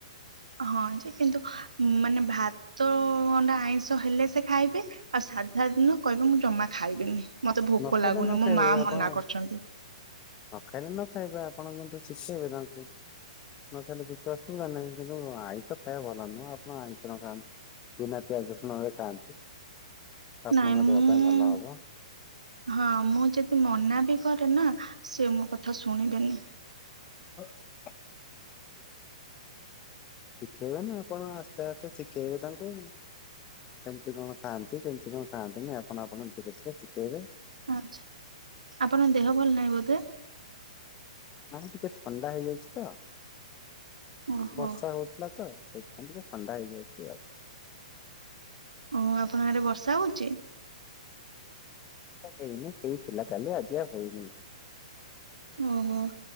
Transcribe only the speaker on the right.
ହଁ ଯେ କିନ୍ତୁ ମାନେ ଭାତ-ଅ-ଅ ଅଣ୍ଡା ଆଇଁଷ ହେଲେ ସେ ଖାଇବେ ଆଉ ସାଧା ଦିନ କହିବେ ମୁଁ ଜମା ଖାଇବିନି ମତେ ଭୋକ
ଲାଗୁନି
ମୋ
ମା ମନା
କରିଛନ୍ତି।
ନାଇଁ ମୁଁ
ହଁ ମୁଁ ଯଦି ମନା ବି କରେ ନା ସେ ମୋ କଥା ଶୁଣିବେନି।
ଆଛା ଆପଣଙ୍କ ଦେହ ଭଲ ନାହିଁ ବୋଧେ?
ଓହୋ
ଓ ହୋ ଆପଣଙ୍କ ଆଡେ ବର୍ଷା ହଉଛି?
ଓହୋ